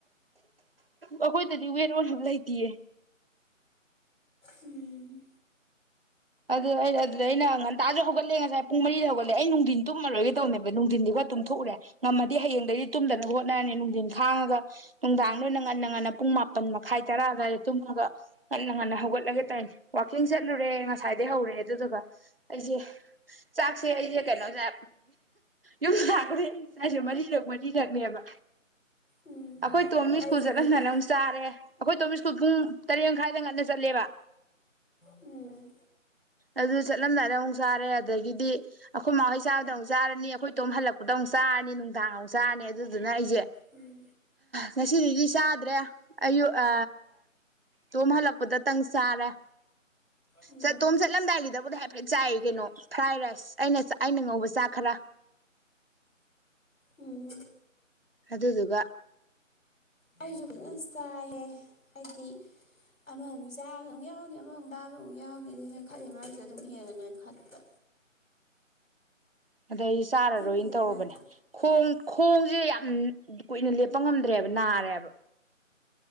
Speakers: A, on the right; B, on the left.
A: ꯑꯩꯈꯣꯏꯗꯗꯤ ꯋꯦꯟ ꯑꯣꯅꯕ ꯂꯩꯇꯌꯦ
B: ꯎꯝ
A: ꯑꯗꯨ ꯑꯩꯅ ꯑꯗꯨꯗ ꯑꯩꯅ ꯉꯟꯇꯥꯁꯨ ꯍꯧꯒꯠꯂꯦ ꯉꯁꯥꯏ ꯄꯨꯡ ꯃꯔꯤꯗ ꯍꯧꯒꯠꯂꯦ ꯑꯩ ꯅꯨꯡꯊꯤꯟ ꯇꯨꯝꯃꯔꯣꯏꯒꯦ ꯇꯧꯅꯦꯕ ꯅꯨꯡꯊꯤꯟꯗꯤꯒ ꯇꯨꯝꯊꯣꯛꯎꯔꯦ ꯉꯝꯃꯗꯤ ꯍꯌꯦꯡꯗꯒꯤꯩꯗꯤ ꯇꯨꯝꯗꯅꯕ ꯍꯣꯠꯅꯔꯅꯤ ꯅꯨꯡꯊꯤꯟ ꯈꯥꯡꯉꯒ ꯅꯨꯡꯗꯥꯡꯗꯣꯏꯅ ꯉꯟꯅ ꯉꯟꯅ ꯄꯨꯡ ꯃꯥꯄꯟ ꯃꯈꯥꯏ ꯇꯔꯥ ꯑꯗꯨꯋꯥꯏꯗ ꯇꯨꯝꯃꯒ ꯉꯟꯅ ꯉꯟꯅ ꯍꯧꯒꯠꯂꯒꯦ ꯇꯧꯔꯅꯤ ꯋꯥꯀꯤꯡ ꯆꯠꯂꯨꯔꯦ ꯉ ꯉꯥꯏꯗꯩ ꯍꯧꯔꯦ ꯑꯗꯨꯗꯨꯒ ꯑꯩꯁꯦ ꯆꯥꯛꯁꯦ ꯑꯩꯁꯦ ꯀꯩꯅꯣꯁꯦ ꯌꯨꯝꯗ ꯂꯥꯛꯄꯗꯩ ꯑꯩ ꯆꯥꯛꯁꯦ ꯃꯔꯤꯔꯛ ꯃꯔꯤꯈꯛꯅꯦꯕ
B: ꯎꯝ
A: ꯑꯩꯈꯣꯏ ꯇꯣꯝ ꯁ꯭ꯀꯨꯜ
B: ꯑꯩꯁꯨꯅꯦꯕꯨ
A: ꯆꯠꯂꯟꯟꯅꯅꯦ ꯑꯃꯨꯛ ꯆꯥꯔꯦ ꯑꯩꯈꯣꯏ ꯇꯣꯝꯃꯤ ꯁ꯭ꯀꯨꯜ ꯄꯨꯡ ꯇꯔꯦꯠꯃ ꯃꯈꯥꯏꯗ ꯉꯟꯅ ꯆꯠꯂꯦꯕ
B: ꯎꯝ
A: ꯑꯗꯨ ꯆꯠꯂꯝꯗꯥꯅ ꯑꯃꯨꯛ ꯆꯥꯔꯦ ꯑꯗꯒꯤꯗꯤ ꯑꯩꯈꯣꯏ ꯃꯈꯍꯩ ꯆꯥꯕꯗ ꯑꯃꯨꯛ ꯆꯥꯔꯅꯤ ꯑꯩꯈꯣꯏ ꯇꯣꯝ ꯍꯜꯂꯛꯄꯗ ꯑꯃꯨꯛ ꯆꯥꯔꯅꯤ ꯅꯨꯡꯗꯥꯡ ꯑꯃꯨꯛ ꯆꯥꯔꯅꯤ ꯑꯗꯨꯗꯨꯅ ꯑꯩꯁꯦ
B: ꯎꯝ
A: ꯉꯁꯤꯗꯒꯤꯩꯗꯤ ꯆꯥꯗ꯭ꯔꯦ ꯑꯌꯨꯛ ꯑ ꯇꯣꯝ ꯍꯜꯂꯛꯄꯗꯇꯪ ꯆꯥꯔꯦ
B: ꯎꯝ
A: ꯆꯠꯇꯣꯝ ꯆꯠꯂꯝꯗꯥꯏꯒꯤꯗꯕꯨꯗꯤ ꯍꯥꯏꯐꯦꯠ ꯆꯥꯏ ꯀꯩꯅꯣ ꯐ꯭ꯔꯥꯏ ꯔꯥꯏꯁ ꯑꯩꯅ ꯑꯩꯅ ꯉꯧꯕ ꯆꯥꯛ ꯈꯔ
B: ꯎꯝ
A: ꯑꯗꯨꯗꯨꯒ
B: ꯑꯩꯁꯨ ꯐꯖꯅ ꯆꯥꯏꯍꯦ ꯍꯥꯏꯗꯤ ꯑꯃꯃ ꯑꯃꯨꯛ ꯆꯥꯕꯗꯨꯛ ꯌꯥꯎꯅꯤ ꯑꯃꯃꯨꯛ ꯇꯥꯕꯗ ꯑꯃꯨꯛ ꯌꯥꯎꯅꯤ ꯑꯗꯨꯅ ꯈꯠꯂꯤ ꯃꯔꯁꯨ ꯑꯗꯨꯝ ꯍꯦꯟꯉ ꯅꯣꯏ ꯈꯠꯄ
A: ꯑꯗꯩ ꯆꯥꯔꯔꯣꯏꯅ
B: ꯐꯤꯒꯔꯒꯇꯤ
A: ꯇꯧꯔꯨꯔꯕꯅꯦ ꯈꯣꯡ ꯈꯣꯡꯁꯤꯦ ꯌꯥꯝ ꯀꯨꯏꯅ ꯂꯦꯞꯄ ꯉꯝꯗ꯭ꯔꯦꯕ ꯅꯥꯔꯦꯕ